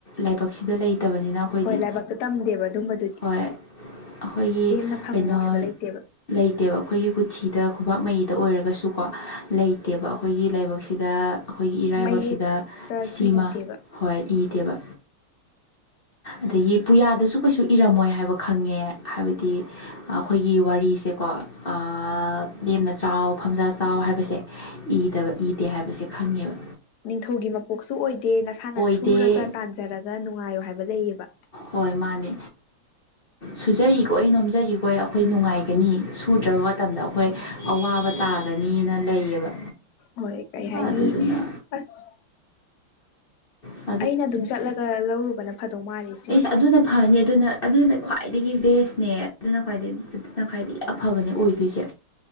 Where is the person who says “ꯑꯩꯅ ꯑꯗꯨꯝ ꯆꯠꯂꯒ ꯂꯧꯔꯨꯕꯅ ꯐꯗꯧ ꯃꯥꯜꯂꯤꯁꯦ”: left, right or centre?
Left